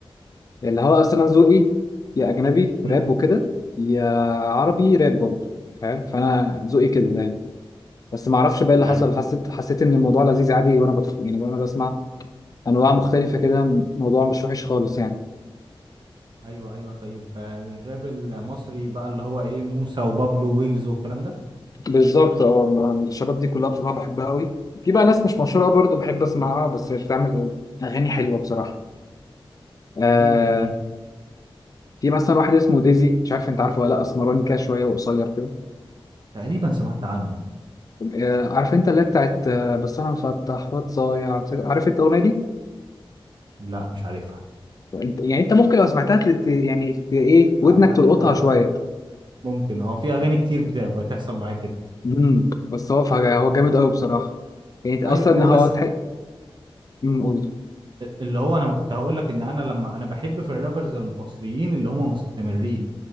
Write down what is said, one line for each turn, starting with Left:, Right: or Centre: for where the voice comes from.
Left: اللي هو أصلا أنا ذوقي يا أجنبي راب
Right: امم
Left: وكده يا عربي راب برضه فاهم فأنا ذوقي كده دايما بس ما أعرفش
Right: امم
Left: بقى اللي
Right: يعني
Left: حصل حسيت حسيت إن الموضوع لذيذ عادي وأنا بتف... يعني وأنا بسمع أنواع مختلفة كده الموضوع مش وحش خالص يعني
Right: ايوه ايوه طيب آه، الراب المصري بقى اللي هو ايه موسى وبابلو ويجز والكلام ده
Left: بالظبط اه أنا الشباب دي كلها بصراحه بحبها قوي في بقى ناس مش مشهوره برضه بحب اسمعها بس بتعمل اغاني حلوه بصراحه آه
Right: مين زي مين
Left: في مثلا واحد اسمه ديزي مش عارف انت عارفه ولا لا اسمراني كده شويه وقصير كده
Right: تقريبا سمعت عنه
Left: آه عارف انت اللي هي بتاعت آه، بس انا مفتح واتضايع عارف انت الاغنيه دي
Right: لا مش عارفها
Left: انت يعني انت ممكن لو سمعتها تت... يعني ت- ايه ودنك
Right: آه آه
Left: تلقطها
Right: آه
Left: شويه
Right: ممكن اه في اغاني كتير بت- بتحصل معايا كده
Left: امم بس هو فجأة هو
Right: و-
Left: جامد قوي بصراحه يعني اصلا
Right: ايوه هو
Left: هو
Right: بس
Left: تح... امم قول
Right: اللي هو انا كنت هقول لك ان انا لما انا بحب في الرابرز المصريين اللي هم مستمرين